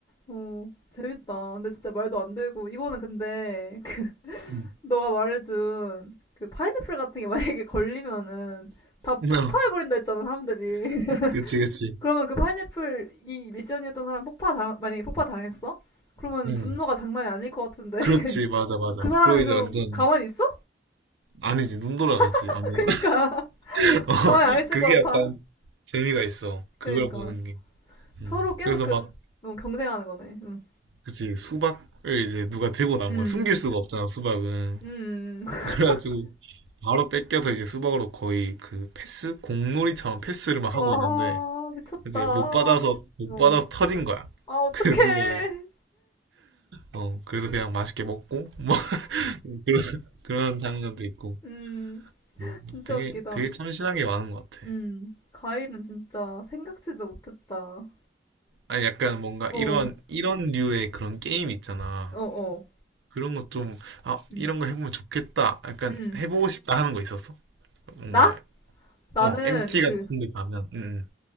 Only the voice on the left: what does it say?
어, 재밌다. 근데 진짜 말도 안 되고, 이거는 근데, <laughs> 그
너가 말해준, 그, 파인애플 같은 게 만약에 걸리면은, 다
폭파해버린다 했잖아, 사람들이. <laughs>
그러면 그 파인애플, 이 미션이었던 사람 폭파 당, 만약에 폭파 당했어? 그러면
분노가 장난이 아닐 것 같은데. <laughs>
그 사람이
그럼
가만히 있어?
<laughs>
그니까. <laughs>
가만히 안 있을
것
같아.
그니까.
서로 계속
그,
너무 경쟁하는 거네. 응.
음.
음. <laughs>
와,
미쳤다.
어.
아, 어떡해.
음,
진짜
웃기다.
음, 과일은 진짜 생각지도 못했다.
어,
어, 어.
음,
음.
나? 나는
그,